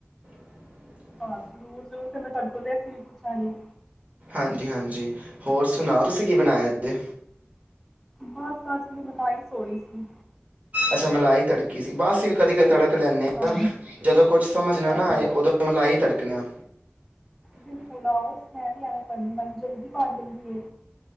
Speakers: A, on the right (about 40°); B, in the centre.
A: <inaudible>
B: ਹਾਂ ਜ਼ਰੂਰ ਜ਼ਰੂਰ ਫ ਮੈਂ ਤੁਹਾਡੇ ਕੋਲ ਵੈਸੀ ਵੀ ਪੁੱਛਾਂਗੀ।
A: ਹਾਂਜੀ ਹਾਂਜੀ ਹੋਰ ਸੁਣਾਓ ਤੁਸੀਂ ਕੀ ਬਣਾਇਆ ਅੱਜ।
B: ਬਤ ਸੱਚ ਮੈਂ ਮਲਾਈ ਸੋੜੀ ਸੀ।
A: ਅੱਛਾ ਮਲਾਈ ਤੜਕੀ ਸੀ ਬਸ ਵੀ ਕਦੀ ਕਦੇ ਤੜਕ ਲੈਂਦੇ
B: ਹਾਂ,
A: ਹਾ ਜਦੋਂ ਕੁਛ ਸਮਝ ਨਾ
B: ਹਾਂ
A: ਆਏ ਉਦੋਂ ਮਲਾਈ ਤੜਕੇ ਣਾਿਆ
B: ਬਿਲਕੁਲ
A: <unintelligible>
B: ਜਲਦੀ ਪਾਲਦੀ